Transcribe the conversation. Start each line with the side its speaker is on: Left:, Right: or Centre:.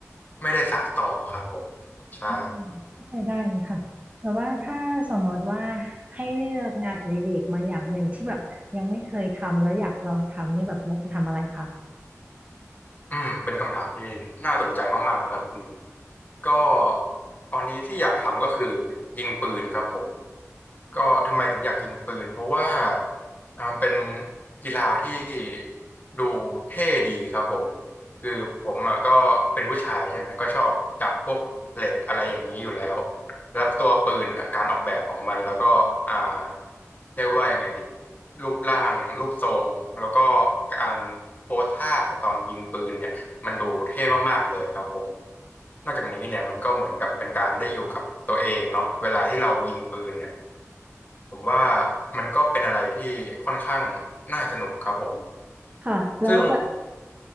Left: ไม่ได้สานต่อครับผมใช่
Right: อืมเข้าใจได้เลยค่ะแต่ว่าถ้าสมมติว่าให้เลือกงานอดิเรกมาอย่างหนึ่งที่แบบยังไม่เคยทำแล้วอยากลองทำเนี่ยแบบอยากจะทำอะไรคะ
Left: อืมเป็นคำถามที่น่าสนใจมากๆเลยครับคุณหนิงก็ตอนนี้ที่อยากทำก็คือยิงปืนครับผมก็ทำไมถึงอยากยิงปืนเพราะว่าอ่าเป็นกีฬาที่ดูเท่ดีครับผมคือผมอะก็เป็นผู้ชายใช่ไหมก็ชอบจับพวกเหล็กอะไรอย่างนี้อยู่แล้ว แล้วตัวปืนเนี่ยการออกแบบของมันแล้วก็อ่าเรียกว่ายังไงดีรูปร่างรูปทรงแล้วก็การโพสท่าตอนยิงปืนเนี่ยมันดูเท่มากๆเลยครับผมนอกจากนี้เนี่ยมันก็เหมือนกับเป็นการได้อยู่กับตัวเองเนาะเวลาที่เรายิงปืนเนี่ยผมว่ามันก็เป็นอะไรที่ค่อนข้างน่าสนุกครับผม
Right: ค่ะแล้วแบบ
Left: ซึ่ง